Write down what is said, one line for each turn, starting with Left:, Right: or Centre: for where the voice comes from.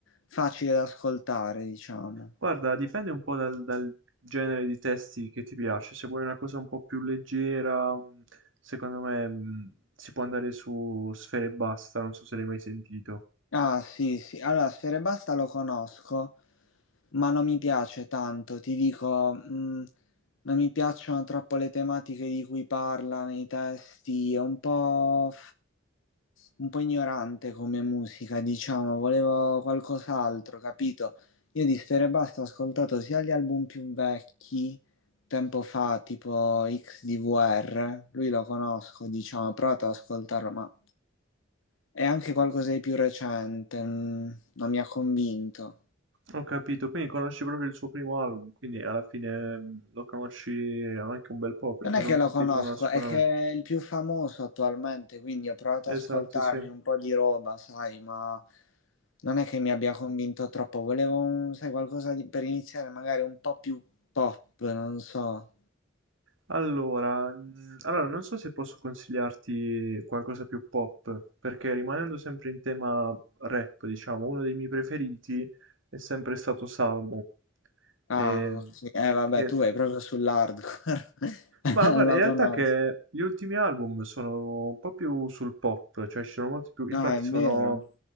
Left: facile da ascoltare, diciamo.
Right: guarda, dipende un po' dal, dal genere di testi che ti piace. Se vuoi una cosa un po' più leggera, mh, secondo me mh, si può andare su Sfera e Basta, non so se l'hai mai sentito.
Left: Ah, sì, sì. Allora, Sfera Basta lo conosco, ma non mi piace tanto. Ti dico, mh, non mi piacciono troppo le tematiche di cui parla nei testi. È un po', un po' ignorante come musica, diciamo. Volevo qualcos'altro, capito? Io di Sfera Basta ho ascoltato sia gli album più vecchi, tempo fa, tipo XDVR. Lui lo conosco, diciamo, ho provato ad ascoltarlo, ma. È anche qualcosa di più recente, mm, non mi ha convinto.
Right: Ho capito, quindi conosci proprio il suo primo album, quindi alla fine mh, lo conosci anche un bel po' perché
Left: Non è
Right: non
Left: che
Right: tutti
Left: lo conosco,
Right: conoscono.
Left: è che è il più famoso attualmente, quindi ho provato
Right: Esatto,
Left: ad ascoltarmi
Right: sì.
Left: un po' di roba, sai, ma non è che mi abbia convinto troppo. Volevo, un- sai, qualcosa di- per iniziare magari un po' più pop, non so.
Right: Allora, mm, allora, non so se posso consigliarti qualcosa più pop, perché rimanendo sempre in tema rap, diciamo, uno dei miei preferiti è sempre stato Salmo.
Left: Ah,
Right: Ehm,
Left: ok. Eh, vabbè,
Right: che-
Left: tu vai proprio sull'hardcore. <laughs>
Right: Ma guarda,
Left: Lo
Right: in realtà
Left: conosco.
Right: che gli ultimi album sono un po' più sul pop, cioè ci sono molti più, infatti
Left: Ah, è
Right: sono,
Left: vero.